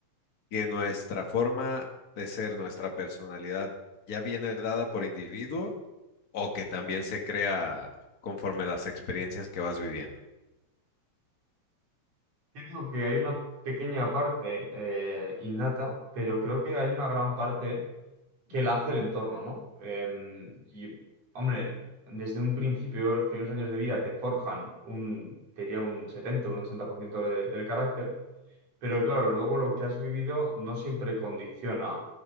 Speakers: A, on the left; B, on the right.
A: que nuestra forma de ser, nuestra personalidad, ya viene dada por individuo o que también se crea conforme las experiencias que vas viviendo.
B: Creo que hay una pequeña parte eh, innata, pero creo que hay una gran parte que la hace el entorno, ¿no? Eh, y, hombre, desde un principio, los primeros años de vida te forjan un, te diría un 70, un 80% de- del carácter, pero claro, luego lo que has vivido no siempre condiciona